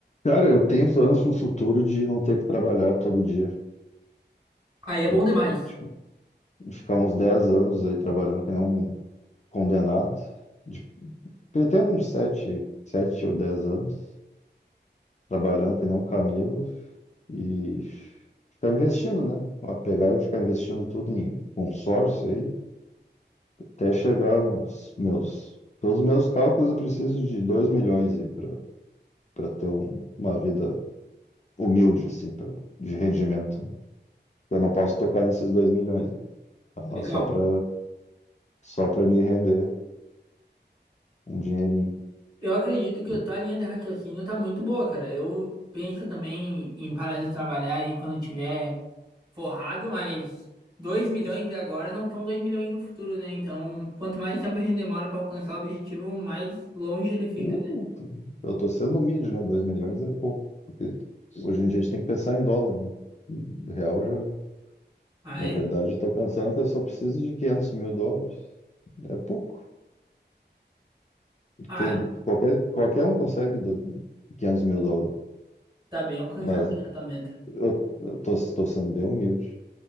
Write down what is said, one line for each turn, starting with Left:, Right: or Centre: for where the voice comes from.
Left: Cara, eu tenho planos pro futuro de não ter que trabalhar todo dia.
Right: Aí é
Left: É,
Right: bom demais.
Left: tipo, ficar uns 10 anos aí trabalhando que nem um condenado. De- pretendo uns 7, 7 ou 10 anos trabalhando que nem um camelo e ficar investindo, né? A pegar e ficar investindo tudo em consórcio aí, até chegar aos meus... Pelos meus cálculos, eu preciso de 2 milhões aí para para ter um- uma vida humilde, assim, pra, de rendimento. Eu não posso tocar nesses 2 milhões. né? Tá lá
Right: Legal.
Left: só pra, só pra me render um dinheirinho.
Right: Eu acredito que
Left: Porque-
Right: a tua linha de raciocínio tá muito boa, cara. Eu penso também em parar de trabalhar aí quando eu tiver forrado, mas 2 milhões de agora não são 2 milhões no futuro, né? Então, quanto mais tempo a gente demora pra alcançar o objetivo, mais longe ele fica,
Left: não,
Right: né?
Left: eu tô sendo humilde, né? 2 milhões é pouco. Porque hoje em dia a gente tem que pensar em dólar. né? Real já.
Right: Ah,
Left: Na
Right: é.
Left: verdade, eu tô pensando que eu só preciso de 500 mil dólares. É pouco.
Right: Ah,
Left: Quem,
Right: é.
Left: qualquer, qualquer um consegue do- 500 mil dólares.
Right: tá bem alcançável
Left: Mas
Right: essa meta.
Left: eu, eu tô, tô sendo bem humilde.